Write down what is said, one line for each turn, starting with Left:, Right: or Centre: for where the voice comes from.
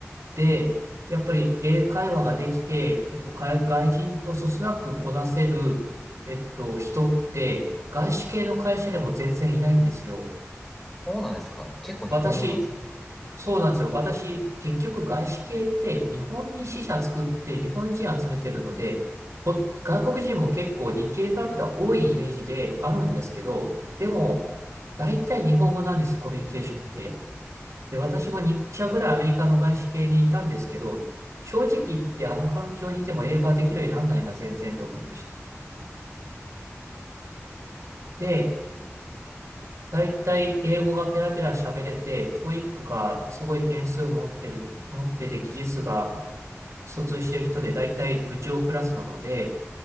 Right: で、やっぱり英会話ができて、えっと、外外人とそつなくこなせる、えっと、人って、外資系の会社でも全然いないんですよ。
Centre: そうなんですか。結構日本語なんですね。
Right: 私、そうなんですよ。私、結局外資系って日本に支社作って日本人集めてるので、ほ外国人も結構日系で比べたら多いイメージであるんですけど、でも、大体日本語なんですよ、コミュニケーションって。で、私も2社ぐらいアメリカの外資系にいたんですけど、正直言ってあの環境にいても英語ができるようになんないな、全然と思いました。で、
Centre: ね
Right: 大体英語がペラペラ喋れて、トーイックがすごい点数持ってる、持ってて技術が卒してる人で大体部長クラスなので、